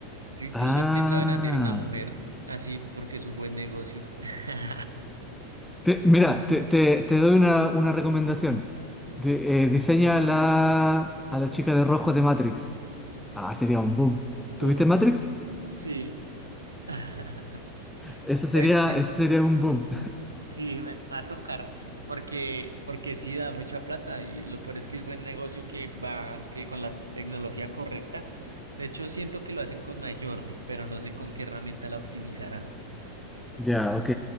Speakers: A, on the right (about 75°); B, in the centre.
A: Yo incluso
B: Ah,
A: he pensado en hacer una mujer así porque es un buen negocio. <laughs>
B: Te- mira, te, te- te doy una, una recomendación. De- eh, diseña a la, a la chica de rojo de Matrix. Ah, sería un boom. ¿Tuviste
A: Uf,
B: Matrix?
A: sí. <laughs>
B: Ese sería,
A: Voy a diseñar-
B: ese sería un boom.
A: Sí, me va a tocar porque, porque sí da mucha plata y lo peor es que es buen negocio que va que con la tecnología correcta. De hecho, siento que lo hacen con MyJourney, pero no sé con qué herramienta la optimizarán.
B: Ya, ok.